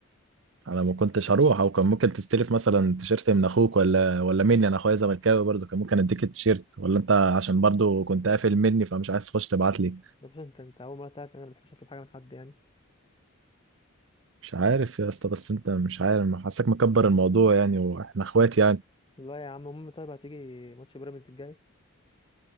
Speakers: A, on the right; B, on the left.
A: انا ما كنتش هروح او كان ممكن تستلف مثلا تيشيرت من اخوك ولا ولا مني انا اخويا زملكاوي برضه كان ممكن اديك التيشيرت ولا انت عشان برضه كنت قافل مني فمش عايز تخش تبعت لي
B: يا باشا انت انت اول مره تعرف ان انا ما بحبش اطلب حاجه من حد يعني
A: مش عارف يا اسطى بس انت مش عارف حاسك مكبر الموضوع يعني واحنا اخوات يعني
B: لا يا عم المهم طيب هتيجي ماتش بيراميدز الجاي